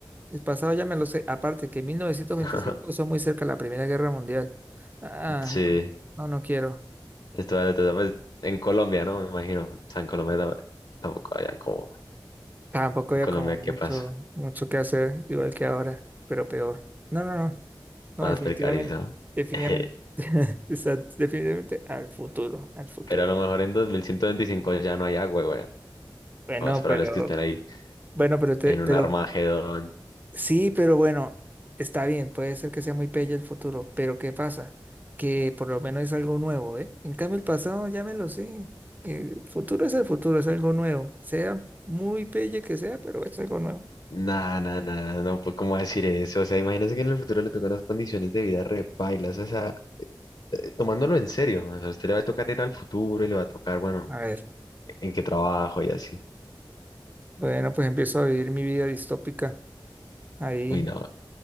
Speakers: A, on the right; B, on the left.
A: el pasado ya me lo sé. Aparte que 1925,
B: <laughs>
A: eso es muy cerca de la Primera Guerra Mundial. Ah,
B: Sí.
A: no, no, no quiero.
B: Esto vale todo, pues, en Colombia, ¿no? Me imagino. O sea, en Colombia ta- tampoco había como...
A: Tampoco
B: En
A: había
B: Colombia,
A: como mucho,
B: ¿qué pasa?
A: mucho que hacer, igual que ahora, pero peor. No, no, no, no,
B: Más
A: definitivamente,
B: precarizado.
A: definitivamente,
B: <laughs>
A: <laughs> exacto, definitivamente al futuro, al futuro.
B: Pero a lo mejor en 2125 ya no hay agua, güey.
A: Bueno,
B: Lo más probable
A: pero,
B: es que estén ahí
A: bueno, pero te,
B: en un
A: pero,
B: Armagedón.
A: sí, pero bueno, está bien, puede ser que sea muy pelle el futuro, pero ¿qué pasa? Que por lo menos es algo nuevo, ¿eh? En cambio, el pasado ya me lo sé. El futuro es el futuro, es algo nuevo. Sea muy pelle que sea, pero es algo nuevo.
B: Nah, nah, nah, nah, no puedo cómo decir eso. O sea, imagínese que en el futuro le tocan unas condiciones de vida repailas. O sea, eh, tomándolo en serio. O sea, a usted le va a tocar ir al futuro y le va a tocar, bueno,
A: A ver,
B: en qué trabajo y así.
A: bueno, pues empiezo a vivir mi vida distópica ahí
B: Uy, no.